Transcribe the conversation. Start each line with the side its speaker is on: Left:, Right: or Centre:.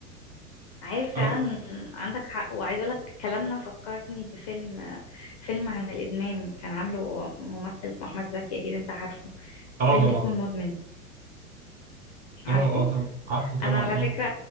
Left: عارف
Right: اه
Left: فعلا عندك حق وعايز اقولك كلامنا فكرني بفيلم فيلم عن الادمان كان عامله ممثل اسمه احمد زكي اكيد انت عارفه
Right: اه
Left: فيلم
Right: طبعا
Left: اسمه المدمن عارفه
Right: اه اه طبعا عارفه طبعا
Left: انا على
Right: اه
Left: فكره